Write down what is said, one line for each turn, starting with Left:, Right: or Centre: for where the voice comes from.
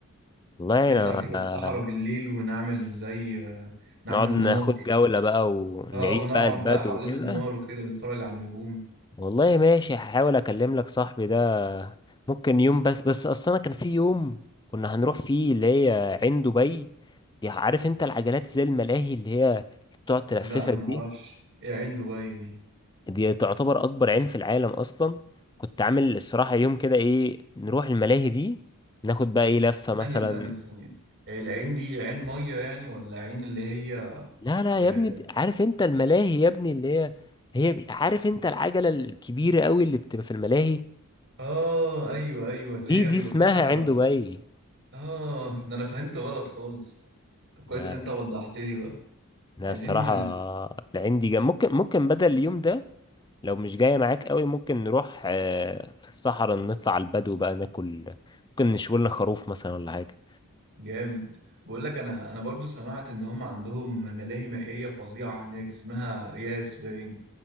Left: والله
Right: نطلع كده
Left: انا
Right: الصحراء بالليل ونعمل زي نعمل
Left: نقعد ناخد
Right: نار
Left: جولة بقى ونعيش
Right: اه ونقعد
Left: بقى البدو
Right: بقى حوالين
Left: وكده
Right: النار وكده ونتفرج على النجوم
Left: والله ماشي هحاول اكلم لك صاحبي ده ممكن يوم بس بس اصلا كان في يوم كنا هنروح فيه اللي هي عين دبي دي عارف انت العجلات زي الملاهي اللي هي بتقعد تلففك
Right: لا انا
Left: دي
Right: معرفش ايه عين دبي دي
Left: دي تعتبر اكبر عين في العالم اصلا كنت عامل الصراحة يوم كده ايه نروح الملاهي دي ناخد بقى ايه لفة مثلا
Right: ثانية ثانية ثانية العين دي عين مية يعني ولا عين اللي هي
Left: لا لا
Right: اه
Left: يا ابني عارف انت الملاهي يا ابني اللي هي هي عارف انت العجلة الكبيرة قوي اللي بتبقى في الملاهي
Right: آه، ايوه ايوه اللي
Left: دي
Right: هي
Left: دي
Right: بيبقى
Left: اسمها
Right: فيها
Left: عنده باي
Right: اه ده انا فهمت غلط خالص طب كويس
Left: لا
Right: ان
Left: لا
Right: انت وضحت لي بقى
Left: لا
Right: عايزين
Left: الصراحة العندي جنب ممكن ممكن بدل اليوم ده لو مش جاية معاك قوي ممكن نروح آه، في الصحراء نطلع على البدو بقى ناكل ممكن نشوي لنا خروف مثلا ولا حاجة
Right: جامد بقول لك انا انا برضو سمعت ان هم عندهم ملاهي مائية فظيعة هناك اسمها ياس باين